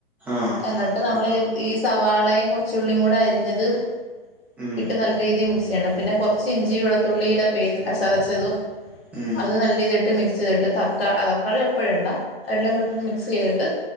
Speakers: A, in the centre; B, on the left.
A: ആ
B: എന്നിട്ട് നമ്മള്
A: ആഹാ
B: ഈ സവാളയും കൊച്ചുളിംകൂടെ അരിഞ്ഞതും
A: ഉം
B: ഇട്ട് നല്ല രീതിയിൽ മിക്സ് ചെയ്യണം പിന്നെ കുർച്ച് ഇഞ്ചി വെളുത്തുള്ളിടെ പേസ്റ്റ് ചതച്ചതും
A: ഉം
B: അത് നല്ല രീതിയിലിട്ട് മിക്സ് ക്സ് ചെയ്തിട്ട് തക്കാളി അ തക്കാളി അപ്പ ഇടണ്ട എല്ലാം ഇട്ട് മിക്സ് ചെയ്തിട്ട്